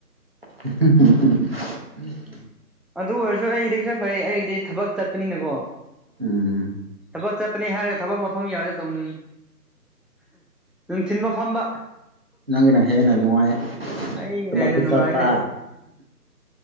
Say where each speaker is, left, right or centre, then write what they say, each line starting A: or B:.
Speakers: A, on the right; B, in the centre.
A: <unintelligible>
B: ꯑꯗꯨ ꯑꯣꯏꯔꯁꯨ ꯑꯩꯗꯤ ꯈꯔ ꯐꯩ ꯑꯩꯒꯤꯗꯤ ꯊꯕꯛ ꯆꯠꯄꯅꯤꯅꯒꯣ꯫
A: ꯎꯝ
B: ꯊꯕꯛ ꯆꯠꯄꯅꯦ ꯍꯥꯏꯔꯒ ꯊꯕꯛ ꯃꯐꯝ ꯌꯥꯎꯔ ꯑꯗꯨꯝ꯫ ꯅꯨꯡꯊꯤꯟꯕꯧ ꯐꯝꯕ
A: ꯅꯪꯒꯤꯅ ꯍꯦꯟꯅ ꯅꯨꯡꯉꯥꯏ꯫
B: ꯑꯩꯩꯒꯤꯅ
A: ꯊꯕꯛꯁꯨ
B: ꯍꯦꯟꯅꯥ ꯅꯨꯡꯉꯥꯏꯅꯦ꯫
A: ꯆꯠꯄ